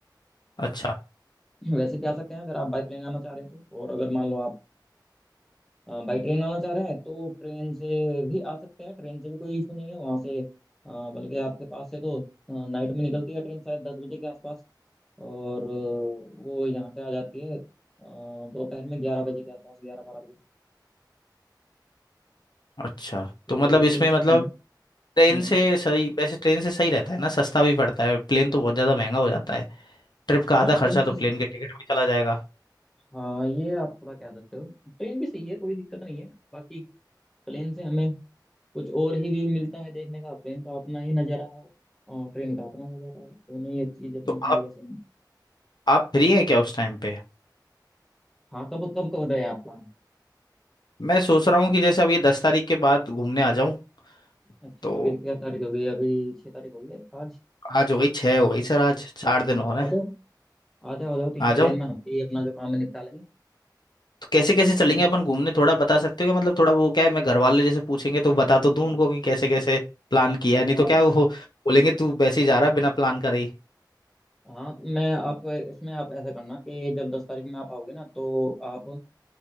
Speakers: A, on the left (about 70°); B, in the centre.
A: अच्छा
B: वैसे भी आ सकते हैं अगर आप बाई प्लेन आना चाह रहे हैं तो और अगर मान लो आप बाई ट्रेन आना चाह रहे हैं तो ट्रेन से भी आ सकते हैं ट्रेन से भी कोई इशू नहीं है वहाँ से अ, बल्कि आपके पास से तो नाइट में निकलती है ट्रेन शायद दस बजे के आसपास और अ, वो यहाँ पे आ जाती है अ, दोपहर में ग्यारह बजे के आसपास ग्यारह बारह बजे
A: अच्छा
B: तो
A: तो मतलब इसमें
B: कोई इशू
A: मतलब
B: नहीं है
A: ट्रेन
B: हम्म
A: से सही वैसे ट्रेन से सही रहता है ना सस्ता भी पड़ता है प्लेन तो बहुत ज़्यादा महंगा हो जाता है ट्रिप का
B: हाँ
A: आधा खर्चा
B: ट्रेन से
A: तो प्लेन के टिकट में चला जाएगा
B: हाँ ये आप थोड़ा कह सकते हो ट्रेन भी सही है कोई दिक्कत नहीं है बाकी प्लेन से हमें कुछ और ही व्यू मिलता है देखने का प्लेन का अपना ही नज़ारा है और ट्रेन का अपना नज़ारा है दोनों ही चीज़ अपनी
A: तो
B: अपनी
A: आप
B: जगह सही है
A: आप फ्री हैं क्या उस टाइम पे
B: हाँ कब कब कर रहे हैं आप प्लान
A: मैं सोच रहा हूँ कि जैसे अब ये दस तारीख के बाद घूमने आ जाऊँ
B: अच्छा
A: तो
B: तो अभी क्या तारीख हो गई अभी छह तारीख हो गई है आज
A: आज हो गई छः हो गई सर आज चार
B: तो
A: दिन हो रहे
B: आ
A: हैं
B: जाओ आ जाओ आ जाओ तीन
A: आ
B: चार
A: जाऊँ
B: दिन में हम भी अपना जो काम है निपटा लेंगे
A: तो कैसे कैसे
B: चलेंगे
A: चलेंगे अपन घूमने थोड़ा बता सकते हो क्या मतलब थोड़ा वो क्या है मैं घर वाले जैसे पूछेंगे तो बता तो दूं
B: हम्म।
A: उनको कि कैसे कैसे प्लान किया
B: हाँ
A: है नहीं तो क्या वो बोलेंगे तू वैसे ही जा रहा है बिना प्लान करे ही
B: हाँ मैं आप इसमें आप ऐसा करना कि जब दस तारीख में आप आओगे ना तो आप अ,